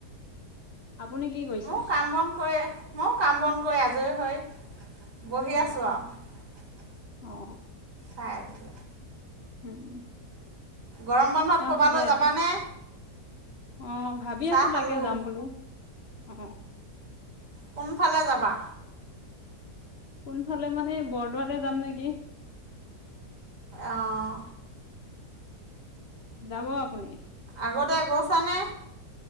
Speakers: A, on the left (about 40°); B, on the right (about 80°).
A: আপুনি কি কৰিছে
B: মোৰ কাম বন কৰি ময়ো কাম বন কৰি আজৰি হৈ বহি
A: অ
B: আছোঁ আৰু
A: অ
B: খাই আছো
A: উম উম
B: গৰম বন্ধত
A: চাহ
B: ক'ৰবালৈ
A: খালে
B: যাবানে
A: অ ভাবি
B: চাহ
A: আছো
B: খালোঁ।
A: তাকে যাম বুলি অ
B: কোনফালে যাবা
A: কোনফালে মানে বৰদোৱাতে যাম নেকি?
B: অঁ
A: যাব আপুনি
B: আগতে গৈছা নে